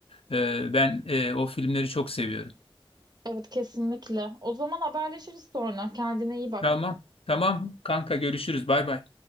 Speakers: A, on the left; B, on the right.
A: Ee, ben e, o filmleri çok seviyorum.
B: Evet kesinlikle. O zaman haberleşiriz sonra. Kendine iyi bak.
A: Tamam, tamam kanka görüşürüz. Bay bay.